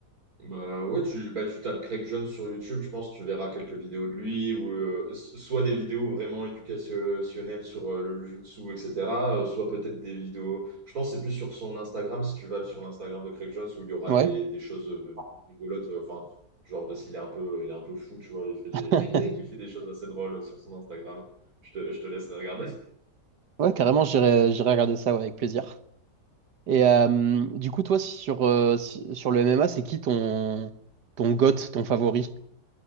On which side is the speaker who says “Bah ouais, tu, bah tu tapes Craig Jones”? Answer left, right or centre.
Right